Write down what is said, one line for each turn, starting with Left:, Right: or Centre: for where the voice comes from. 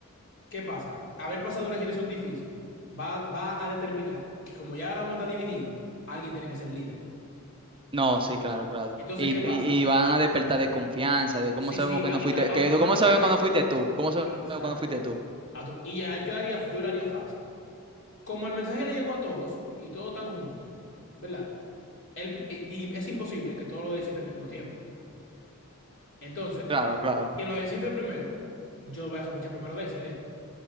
Left: ¿Qué pasa? Haber pasado una situación difícil va, va a determinar que como ya ahora vamos a estar divididos, alguien tiene que ser líder.
Right: No, sí, claro, claro.
Left: Entonces,
Right: Y,
Left: ¿qué Sí. pasa?
Right: y, y van a despertar de confianza, de cómo
Left: Sí,
Right: sabemos
Left: sí,
Right: que
Left: a-
Right: no
Left: es
Right: fuiste,
Left: que automáticamente.
Right: que cómo sabemos que no fuiste tú, cómo sabemos
Left: Exactamente.
Right: que no fuiste tú.
Left: Auto- y ya yo haría, yo lo haría fácil. como el mensaje le llegó a todos y todos están juntos, ¿verdad? El- y es imposible que todos lo descifren al mismo tiempo. Entonces,
Right: Claro, claro.
Left: quien lo descifre primero, yo voy a sospechar primero de ese. eh.